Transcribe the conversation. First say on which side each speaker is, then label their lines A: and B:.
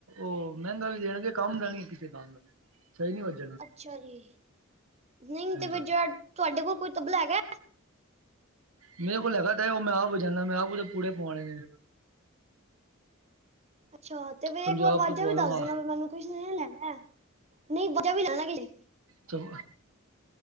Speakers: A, on the right; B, on the right.
A: ਉਹ ਮਹਿੰਗਾ ਵੀ ਦੇਣਗੇ ਕੰਮ ਦਾ ਨੀ ਕਿਸੇ ਦਾ। ਸਹੀ ਨੀ ਹੋਏਗਾ।
B: ਅੱਛਾ ਜੀ, ਨਹੀਂ
A: ਹਾਂਜੀ।
B: ਤੇ ਫਿਰ ਜਿਹੜਾ ਤੁਹਾਡੇ ਕੋਲ ਕੋਈ ਤਬਲਾ ਹੈਗਾ।
A: ਮੇਰੇ ਕੋਲ ਹੈਗਾ ਤਾਂ ਐ। ਉਹ ਮੈਂ ਆਪ ਵਜਾਣਾ ਮੈਂ ਆਪ ਉਹਦੇ ਪੂੜੇ ਪਾਆਉਣੇ ਨੇ।
B: ਅੱਛਾ ਤੇ ਫੇਰ
A: ਪੰਜਾਬ
B: ਇੱਕ ਵਾਰ ਵਾਜਾ
A: ਤੋਂ ਪਵਾਵਾਂਗਾ।
B: ਵੀ ਦੱਸ ਦੇਣਾ ਮੈਨੂੰ ਕਿਸ ਲੈਣਾ। ਨਹੀਂ ਵਾਜਾ ਵੀ ਲੈ ਲਾ ਗੇ ਜੀ।
A: ਚਲੋ ਹੁਣ